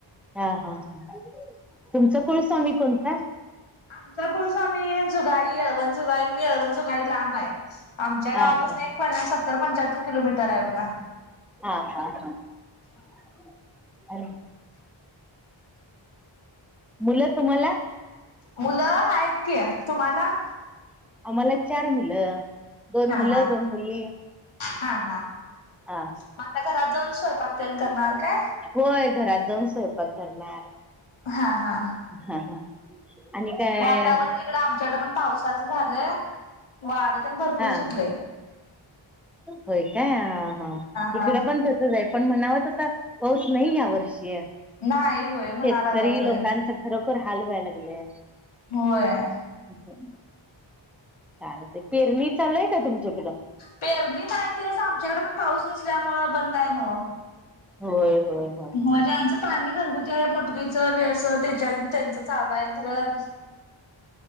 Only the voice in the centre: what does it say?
हा हा ह तुमचा कुळ स्वामी कोणता?
हा
हा
हा हा हा मुलं तुम्हाला
आम्हाला चार मुलं, दोन
मुलं
दोन मुली
हा
होय, घरात जाऊन स्वयपाक करणार
हा हा आणि काय
हा
होय काय हा हा
इकडं पण तसच हाय पण म्हणाव तसा पाऊस नाही ह्या वर्षी
शेतकरी
लोकांचा खरोखर हाल व्हायला लागले.
हो चाल ते पेरणी चालूय काय तुमची
होय होय होय